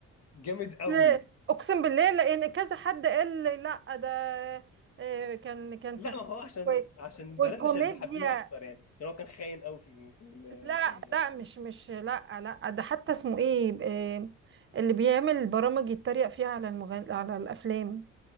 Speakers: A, on the left; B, on the right.
A: جامد قوي
B: لا، اقسم بالله لان كذا حد قال لي لا ده آه، كان كان
A: لا
B: سخيف
A: ما هو عشان
B: و-
A: عشان
B: والكوميديا
A: بنات مش هيبقوا حابينه اكتر يعني عشان هو كان خاين قوي في الم- في ال-
B: لا
A: في المسلسل
B: لا مش مش لا لا ده حتى اسمه ايه آه، اللي بيعمل برامج يتريق فيها على المغن... على الافلام